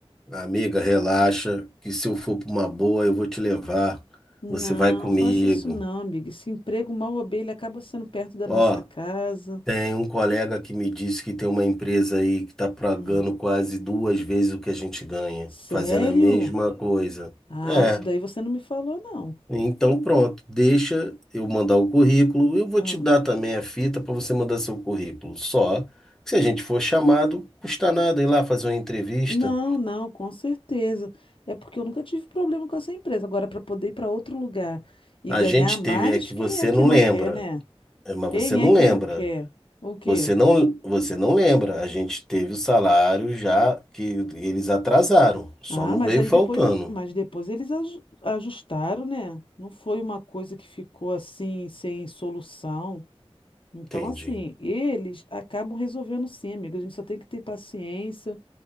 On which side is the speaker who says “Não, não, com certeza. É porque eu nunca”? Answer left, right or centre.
Left